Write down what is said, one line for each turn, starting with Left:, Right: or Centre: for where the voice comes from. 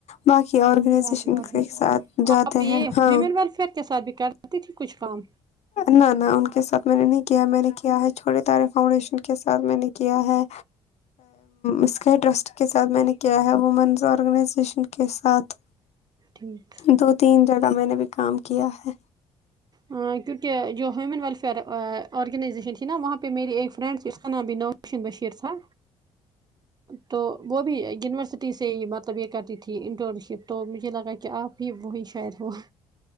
Left: باقی آرگنائزیشن
Right: باقی اور
Left: کے ساتھ جاتے
Right: آپ یہ
Left: ہیں ہاں
Right: ہیومن ویلفیئر کے ساتھ بھی کر دیتی تھی کچھ کام
Left: نہ نہ ان کے ساتھ میں نے نہیں کیا میں نے کیا ہے چھوٹے تارے فاؤنڈیشن کے ساتھ میں نے کیا ہے اسکے ٹرسٹ کے ساتھ میں نے کیا ہے وومنس آرگنائزیشن کے ساتھ
Right: ٹھیک
Left: دو تین جگہ میں نے بھی کام کیا ہے
Right: ہاں کیونکہ جوہمن وف آرگنائزیشن تھی نا وہاں پہ میری ایک فرینڈ تھی اس کا نام بھی نوشن بشیر تھا تو وہ بھی یونیورسٹی سے ہی مطلب یہ کرتی تھی انٹرن شپ تو مجھے لگا کہ آپ بھی وہی شاید ہو